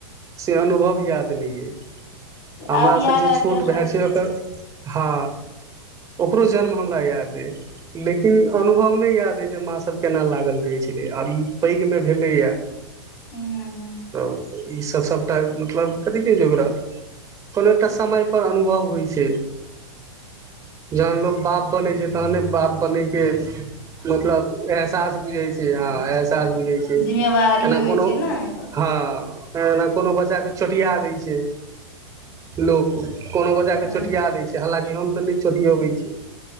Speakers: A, on the right (about 20°); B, on the left (about 50°).
A: से अनुभव याद नहि य हमर
B: आब याद
A: से जे
B: आबि
A: छोट
B: गेल
A: भाय
B: होत
A: छै ओकर हँ ओकरो जन्म हमरा याद य लेकिन अनुभव नहि याद य जे माँ सभ केना लागल रहै छेलय आब ई पैघ मे भेलैया
B: हूँ
A: तब ई सभ सभटा मतलब कथी कहै छै। ओकरा कोनो एकटा समय पर अनुभव होइ छै। जहन लोग बाप बनै छै। तहने बाप बनयके मतलब एहसास बुझै छै। हँ एहसास काज बुझै छै।
B: जिम्मेवारी
A: एना
B: होइ
A: कोनो
B: छै ने एगो
A: हँ एना कोनो बच्चा के चोटिया दै छै। लोक कोनो बजा के
B: हँ
A: चोटिया दै छै। हालकि हम तऽ नहि चोटयौबै छी